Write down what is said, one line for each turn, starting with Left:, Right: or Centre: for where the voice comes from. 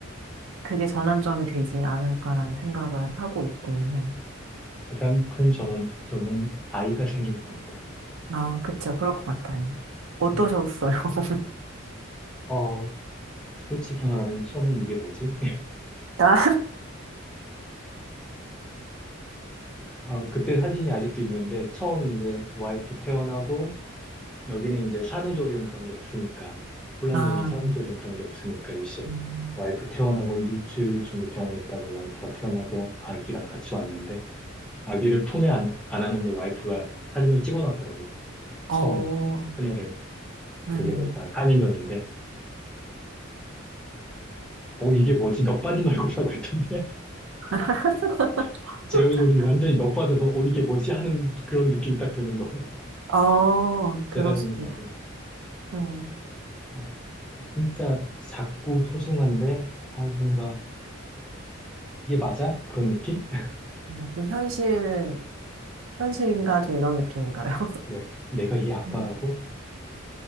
Right: 그게 전환점이 되지 않을까라는 생각을 하고 있기는 해요.
Centre: 가장 큰 전환점은 아이가 생기는 겁니다.
Right: 아, 그쵸. 그럴 것 같아요. 어떠셨어요?
Centre: 네.
Right: <laughs>
Centre: 어, 솔직히 말하면 처음엔 이게 뭐지?
Right: 나?
Centre: 아, 그때 사진이 아직도 있는데 처음 이제 와이프 퇴원하고 여기는 이제 산후조리원 그런 게 없으니까 폴란드는
Right: 아,
Centre: 산후조리원 그런 게 없으니까 이제
Right: 음,
Centre: 와이프 퇴원하고 일주일 정도 병원에 있다가 와이프가 퇴원하고 아기랑 같이 왔는데 아기를 품에 안, 안았는데 와이프가 사진을 찍어놨더라고요.
Right: 어,
Centre: 처음에 큰애를
Right: 네.
Centre: 그게 벌써 한 4년 전인데 어 이게 뭐지 넋 빠진 얼굴이라고 했던데
Right: <laughs>
Centre: <laughs> 제 얼굴이 완전히 넋 빠져서 어 이게 뭐지 하는 그런 느낌이 딱 드는 거예요.
Right: 어,
Centre: 제
Right: 그럴
Centre: 사진을
Right: 수도
Centre: 봐도.
Right: 있고. 음,
Centre: 어, 진짜 작고 소중한데, 어, 뭔가, 이게 맞아? 그런 느낌? <laughs>
Right: 어, 좀 현실, 현실인가 좀 이런 느낌인가요? <laughs>
Centre: 네. 내가 얘 아빠라고?
Right: 음,